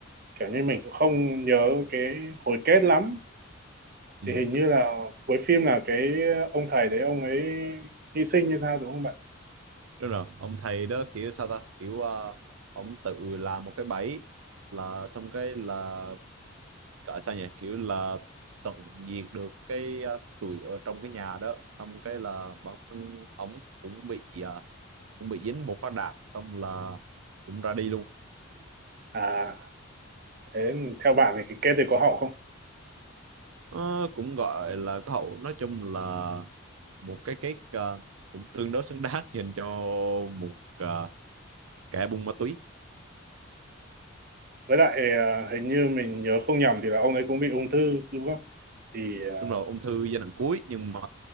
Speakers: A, on the right; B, on the right.
A: kiểu như mình cũng không nhớ cái hồi kết lắm
B: ừ.
A: thì hình như là cuối phim là cái ông thầy đấy ông ấy hy sinh như sao đúng không bạn?
B: đúng rồi ông thầy đó kiểu sao ta kiểu ờ, ông tự làm một cái bẫy là xong cái là gọi sao nhỉ kiểu là tận diệt được cái à, tụi ở trong cái nhà đó xong cái là bản thân ổng cũng bị à, cũng bị dính một phát đạn xong là cũng ra đi luôn
A: À thế theo bạn thì cái kết thì có hậu không?
B: Ờ, cũng gọi là cái hậu nói chung là một cái cái à, cũng tương đối xứng đáng <laughs> dành cho một à, kẻ buôn ma túy
A: với lại à, hình như mình nhớ không nhầm thì là ông ấy cũng bị ung thư đúng không thì à,
B: đúng rồi ung thư giai đoạn cuối nhưng mà